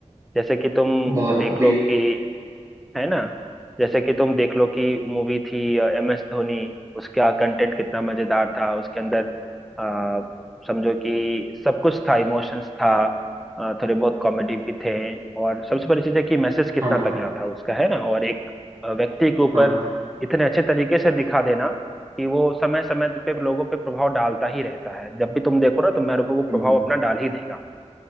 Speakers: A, in the centre; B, on the right.
A: जैसे कि तुम
B: बहुत
A: देख
B: बेबी
A: लो कि है ना जैसे कि तुम देख लो कि मूवी थी एम एस धोनी उसका कंटेंट कितना मजेदार था उसके अंदर आ, समझो कि सब कुछ था इमोशंस था अ, थोड़े बहुत कॉमेडी भी थे और सबसे बड़ी चीज है कि मैसेज कितना
B: हाँ
A: तगड़ा था उसका है ना और एक अ, व्यक्ति के ऊपर
B: हाँ
A: इतने अच्छे तरीके से दिखा देना कि वो समय समय पे लोगों पे प्रभाव डालता ही रहता है जब भी तुम देखो ना तुम्हारे ऊपर वो
B: हम्म।
A: प्रभाव अपना डाल ही देगा